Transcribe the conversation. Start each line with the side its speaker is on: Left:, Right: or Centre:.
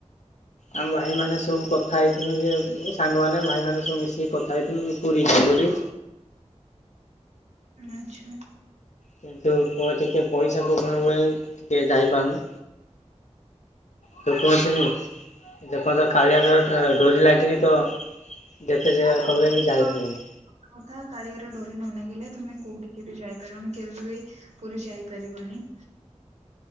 Left: ଆମ ଭାଇମାନେ ସବୁ କଥା ହେଇଥିଲୁ ଯେ ସାଙ୍ଗମାନେ ଭାଇମାନେ ସବୁ ମିଶିକି କଥା ହେଇଥିଲୁ କି ପୁରୀ ଯିବୁ ବୋଲି।
Right: ଆଚ୍ଛା।
Left: କିନ୍ତୁ ପ ଟିକେ ପଇସା ପ୍ରୋବ୍ଲେମ ପାଇଁ ଟିକେ ଯାଇପାରୁନୁ। ଯୋଉ କୁହନ୍ତିନି। ଯେପର୍ଯ୍ୟନ୍ତ କାଳିଆର ତ ଡୋରି ଲାଗିନି ତ ଯେତେ ଯିଏ କଲେ ବି ଯାାଇ
Right: ହଁ
Left: ହୁଏନି।
Right: କଥା କାଳିଆର ଡୋରି ନ ଲାଗିଲେ ତମେ କୋଉଠିକି ବି ଯାଇପାରିବନି କେବେ ବି ପୁରୀ ଯାଇପାରିବନି।